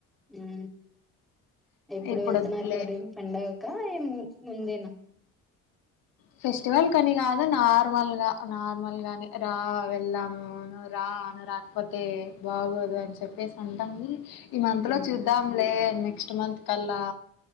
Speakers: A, in the centre; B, on the left.
A: ఉ ఎప్పుడు
B: ఇప్పుడు
A: వెళ్తున్నారు
B: వద్దులే
A: మరి పండగక ఏము ముందేనా
B: ఫెస్టివల్ కాని కాదు నార్మల్ గా నార్మల్ గానే రా వెళ్దాము నువ్ రా నువ్ రా రాకపోతే బాగోదు అని చెప్పేసి అంటాంది ఈ మంత్లో
A: ఉమ్
B: చూద్దాంలే నెక్స్ట్ మంత్ కల్లా